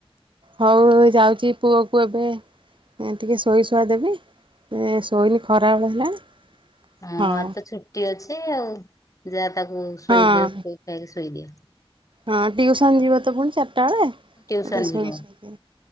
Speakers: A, on the right; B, on the left.
A: ହଉ ହଉ ଯାଉଛି ପୁଅ କୁ ଏବେ ଏଁ ଟିକେ ଶୋଇ ଶୁଆ ଦେବି ଏଁ ଶୋଇନି ଖରାବେଳ ହେଲାଣି।
B: ହଁ
A: ହଉ।
B: ଆଜି ତ ଛୁଟି ଅଛି ଆଉ ଯା ତାକୁ ଶୋଇଦିଅ
A: ହଁ
B: ଗୋଟାଏ ଶୋଇ ଦିଅ।
A: ହଁ ଟିଉସନ୍ ଯିବ ତ ପୁଣି ଚାରିଟା ବେଳେ ତାକୁ
B: ଟିଉସନ
A: ଟିକେ ଶୋଇଦିଏ।
B: ଯିବ